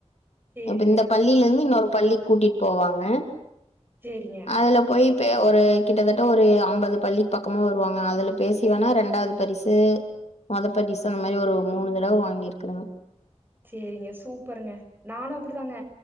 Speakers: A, on the right; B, on the left.
A: சேரிங்க
B: இப்ப இந்த பள்ளியில இருந்து இன்னொரு பள்ளிக்கு கூட்டிட் போவாங்க
A: சேரிங்க
B: அதுல போய் ப்பே ஒரு கிட்டத்தட்ட ஒரு அம்பது பள்ளிக் பக்கமு வருவாங்க அதுல பேசி வேணா ரெண்டாவது பரிசு மொத பரிசு அந்த மாரி ஒரு மூணு தடவ வாங்கிருக்குறங்க
A: சேரிங்க சூப்பருங்க நானு அப்படிதாங்க